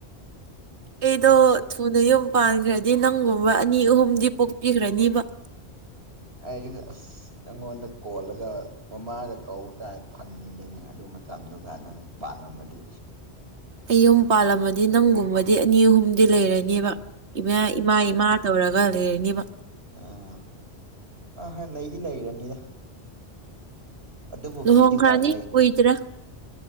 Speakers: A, on the right (about 90°); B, on the right (about 70°).
A: ꯑꯩꯗꯣ ꯊꯨꯅ ꯌꯨꯝ ꯄꯥꯟꯈ꯭ꯔꯗꯤ ꯅꯪꯒꯨꯝꯕ ꯑꯅꯤ ꯑꯍꯨꯝꯗꯤ ꯄꯣꯛꯄꯤꯈ꯭ꯔꯅꯤꯕ <inaudible>
B: ꯑꯩꯒꯤ ꯑꯁ ꯅꯪꯉꯣꯟꯗ ꯀꯣꯜꯂꯒ ꯃꯃꯥꯒ ꯀꯧ ꯀꯥꯏꯗ ꯐꯪꯉꯤꯗꯅꯦ ꯑꯗꯨꯝ ꯃꯇꯝꯗꯨꯒ ꯅꯪ ꯄꯥꯜꯂꯝꯃꯗꯤ
A: ꯑꯩ ꯌꯨꯝ ꯄꯥꯜꯂꯝꯃꯗꯤ ꯅꯪꯒꯨꯝꯕꯗꯤ ꯑꯅꯤ ꯑꯍꯨꯝꯗꯤ ꯂꯩꯔꯅꯦꯕ ꯏꯃꯥ ꯏꯃꯥ ꯏꯃꯥ ꯇꯧꯔꯒ ꯂꯩꯔꯅꯦꯕ
B: ꯎꯝ ꯑ ꯍꯣꯏ ꯂꯩꯗꯤ ꯂꯩꯔꯅꯤꯗ ꯑꯗꯨꯕꯨ
A: ꯂꯨꯍꯣꯡꯈ꯭ꯔꯅꯤ
B: ꯀꯔꯤꯗꯤ ꯄꯥꯏ ꯂꯩ
A: ꯀꯨꯏꯗ꯭ꯔꯦ